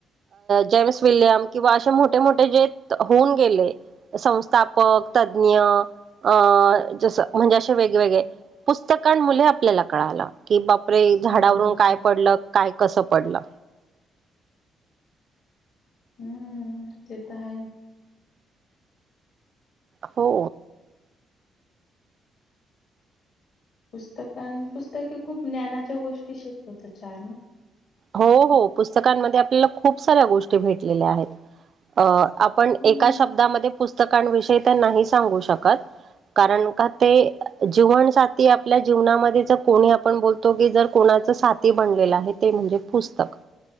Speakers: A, on the right; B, on the left.
A: जेम्स विलियम किंवा असे मोठे मोठे जे होऊन गेले संस्थापक तज्ज्ञ अ जस म्हणजे असे वेगवेगळे पुस्तकां मुळे आपल्याला कळालं की बाप् रे झाडावरून
B: हो, बरोबर.
A: काय पडलं काय कसं पडलं
B: हम्म ते तर आहे
A: हो
B: पुस्तक पुस्तके खूप ज्ञानाच्या गोष्टी शिकवत चार ना
A: हो हो पुस्तकांमध्ये आपल्याला खूप साऱ्या गोष्टी भेटलेल्या आहेत अ आपण
B: हं.
A: एका शब्दामध्ये पुस्तक पुस्तकांविषयी तर नाही सांगू शकत कारण का ते जीवन साथी आपल्या जीवनामध्ये जर कोणी आपण बोलतो की जर कोणाच साथी बनलेलं आहे ते म्हणजे पुस्तक